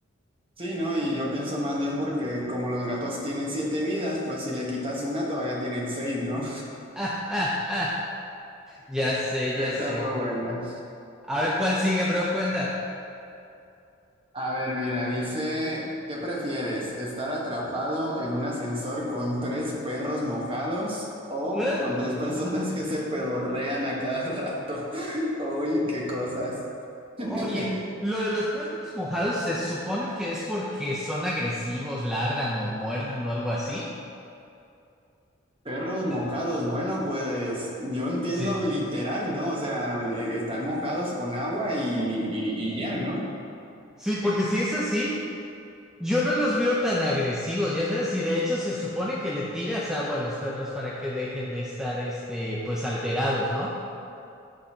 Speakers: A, on the right; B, in the centre.
A: Sí, no, y yo pienso más bien porque como los gatos tienen siete vidas, pues si le quitas una todavía tienen seis, ¿no?
B: <laughs> Ya sé,
A: <laughs> Esta
B: ya sé.
A: fue buena.
B: A ver cuál sigue, bro, cuenta.
A: A ver, mira, dice, ¿qué prefieres? ¿Estar atrapado en un ascensor con tres perros mojados o
B: Ugh.
A: con tres personas que se pedorrean a cada rato? <laughs> Uy, qué cosas. <laughs>
B: Oye, lo de los perros mojados se supone que es porque son agresivos, ladran o muerden o algo así.
A: Perros mojados,
B: Eh,
A: bueno, pues yo entiendo
B: Sí,
A: literal, ¿no? O sea, le- están mojados con agua y, y- y ya, ¿no?
B: sí, porque si es así, yo no los veo tan agresivos, ya sabes, y de hecho se supone que le tiras agua a los perros para que dejen de estar, este, pues alterados, ¿no?